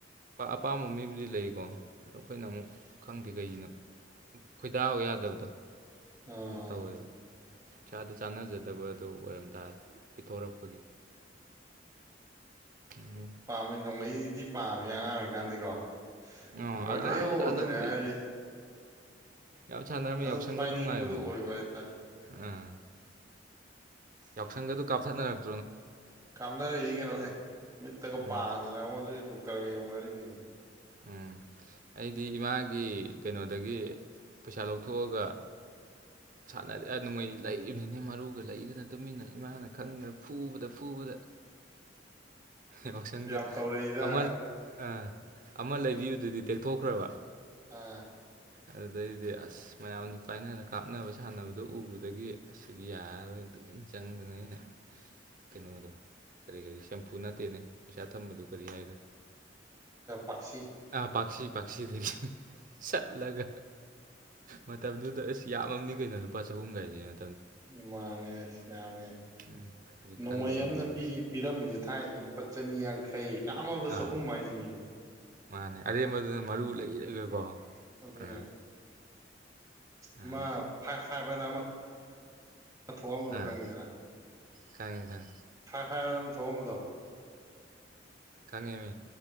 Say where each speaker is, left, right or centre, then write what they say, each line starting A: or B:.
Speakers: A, on the right; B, on the right.
A: ꯑꯄꯥꯝꯕ ꯃꯤꯕꯨꯗꯤ ꯂꯩꯀꯣ ꯑꯩꯈꯣꯏꯅ ꯑꯃꯨꯛ ꯈꯪꯗꯦ ꯀꯩꯒꯤꯅꯣ ꯈꯣꯏꯗꯥꯎ ꯌꯥꯗꯕꯗꯣ
B: ꯑꯥ
A: ꯑꯗꯨ ꯇꯧꯋꯦꯕ ꯏꯁꯥꯗ ꯆꯥꯟꯅꯖꯗꯕ ꯑꯗꯨ ꯑꯣꯏꯔꯝ ꯇꯥꯔꯦ ꯄꯤꯊꯣꯔꯛꯄꯒꯤ ꯎꯝ
B: ꯄꯥꯝꯃꯦ ꯅꯣꯡꯃꯩꯗꯤ ꯄꯥꯝꯃꯦ ꯑꯉꯥꯡ ꯑꯣꯏꯔꯤꯀꯥꯟꯗꯤꯀꯣ
A: ꯑꯣ
B: ꯅꯣꯡꯃꯩ
A: ꯑ ꯑꯥꯡ
B: ꯂꯩꯌꯣꯗꯅꯦ
A: ꯑꯃ ꯀꯥꯟꯗꯕꯨꯗꯤ
B: ꯍꯥꯏꯔꯤ
A: ꯌꯥꯝ ꯁꯥꯟꯅꯔꯝꯃꯦ
B: ꯑꯗꯨꯝ
A: ꯌꯥꯎꯁꯟꯒꯗꯨ
B: ꯄꯥꯏꯅꯤꯡꯕꯗꯣ
A: ꯅꯨꯡꯉꯥꯏꯕꯅꯦ
B: ꯑꯣꯏꯕ ꯍꯥꯏꯇꯥꯔꯦ
A: ꯑꯥ ꯂꯁꯪꯒ ꯇꯕꯨ ꯀꯞꯁꯗꯅꯅꯥꯔ
B: ꯀꯥꯞꯅꯔꯛꯏ ꯀꯩꯅꯣ ꯑꯦ ꯃꯤꯠꯇꯒ
A: ꯎꯝ
B: ꯄꯥꯗꯅ ꯑꯃꯣ ꯑꯗꯨ ꯈꯔꯒ ꯌꯧꯅꯔꯤꯃꯤꯅꯤ
A: ꯎꯝ ꯑꯩꯗꯤ ꯏꯃꯥꯒꯤ ꯀꯩꯅꯣꯗꯒꯤ ꯄꯩꯁꯥ ꯂꯧꯊꯣꯛꯑꯒ ꯁꯥꯟꯅꯔꯦ ꯅꯅꯨꯡꯃꯩꯅꯤ ꯂꯩꯔꯤꯕꯅꯤꯅꯦ ꯃꯔꯨꯒ ꯂꯩꯗꯅ ꯇꯨꯃꯤꯟꯅ ꯏꯃꯥꯅ ꯈꯪꯗꯅ ꯐꯨꯕꯗ ꯐꯨꯕꯗ ꯌꯥꯎꯁꯪꯗ
B: ꯌꯥꯝ ꯇꯧꯔꯛꯏꯗ
A: ꯑꯃꯜ ꯑ ꯑꯃ ꯂꯩꯕꯤꯨꯗꯨꯗꯤ ꯇꯦꯛꯊꯣꯛꯈ꯭ꯔꯕ
B: ꯑꯥ
A: ꯑꯗꯨꯗꯩꯗꯤ ꯑꯁ ꯃꯌꯥꯝꯗꯨ ꯄꯥꯏꯅꯔꯒ ꯀꯥꯞꯅꯕ ꯁꯥꯟꯅꯕꯗꯣ ꯎꯕꯗꯒꯤ ꯑꯁꯤꯗꯤ ꯌꯥꯔꯔꯣꯏ ꯇꯨꯃꯤꯟ ꯆꯪꯗꯗ ꯑꯩꯅ ꯀꯩꯅꯣꯗꯣ ꯀꯔꯤ ꯀꯔꯤ ꯁꯦꯝꯄꯐꯨ ꯅꯠꯇꯦꯅꯦ ꯄꯩꯁꯥ ꯊꯝꯕꯗꯨ ꯀꯔꯤ ꯍꯥꯏꯈ꯭ꯔꯦ
B: ꯄꯤ
A: ꯑꯥ ꯄꯥꯛꯁꯤ ꯄꯥꯛꯁꯤ ꯊꯦꯡꯁ ꯆꯠꯂꯒ ꯃꯇꯝꯗꯨꯗ ꯁꯤ ꯌꯥꯝꯃ ꯀꯩꯅꯣ ꯂꯨꯄꯥ ꯆꯍꯨꯝ ꯀꯥꯏꯁꯦꯅ
B: ꯃꯥꯅꯦꯁꯃꯦ
A: ꯎꯝ ꯍꯧꯖꯤꯛ
B: ꯅꯣꯡꯃꯩ
A: ꯈꯜꯂꯨꯔ
B: ꯑꯃꯅ
A: ꯅꯣꯡꯕꯨ ꯅꯨꯡꯁꯤ
B: ꯄꯤꯔꯝꯃꯤꯁꯦ ꯊꯥꯏꯅꯗꯤ ꯂꯨꯄꯥ ꯆꯅꯤ ꯌꯥꯡꯈꯩ ꯌꯥꯝꯃꯗ
A: ꯑꯥ
B: ꯆꯍꯨꯝ ꯍꯥꯏꯁꯤꯅꯦꯅꯦ
A: ꯃꯥꯅꯦ ꯑꯔꯦꯝꯕꯗꯨꯅ ꯃꯔꯨ ꯂꯩꯔꯒꯀꯣ
B: ꯑꯗꯨꯅꯦ
A: ꯑꯥ
B: ꯑꯃ
A: ꯑꯥ
B: ꯐꯥꯏꯚ ꯐꯥꯏꯚ ꯍꯥꯏꯅ ꯑꯃ ꯊꯣꯛꯣꯛꯑꯝꯕꯗꯣ
A: ꯑꯥ
B: ꯈꯪꯉꯤꯗꯅ
A: ꯈꯪꯉꯦ ꯈꯪꯉꯦ
B: ꯐꯥꯏ ꯃꯅ ꯊꯣꯡꯝꯕꯗꯣ
A: ꯀꯅꯤꯃꯤ